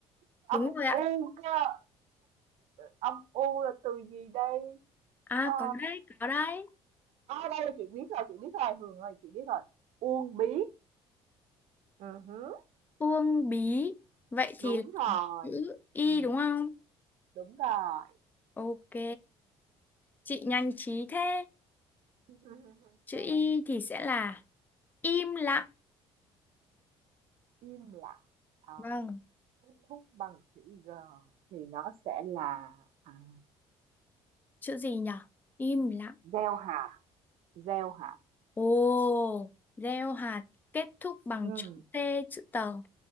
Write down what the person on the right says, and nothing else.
Âm
u cơ, âm u là từ gì đây?
À
a, đây chị biết rồi, chị biết rồi, Hường ơi, chị biết rồi. Uông bí. Ừ hứ.
Đúng
rồi.
Ừm,
đúng rồi.
<laughs>
Im lặng. Ờ,
kết thúc bằng chữ G thì nó sẽ là à,
gieo hạt, gieo hạt.
Ừm,